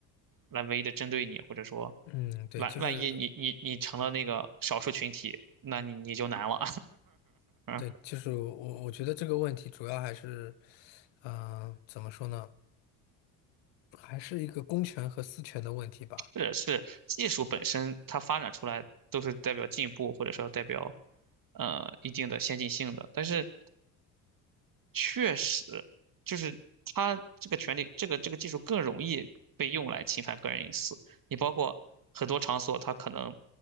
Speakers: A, on the right; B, on the left.
A: 来唯一的针对你，或者说
B: 嗯，对，
A: 万万一你你你成了那个少数群体，
B: 就是
A: 那你你就难了。
B: 对，
A: <laughs>
B: 就是我我觉得这个问题主要还是，嗯、怎么说呢？还是一个公权和私权的问题吧。
A: 是是，技术本身它发展出来都是代表进步，或者说代表呃一定的先进性的，但是确实，就是它这个权利，这个这个技术更容易被用来侵犯个人隐私。你包括很多场所，它可能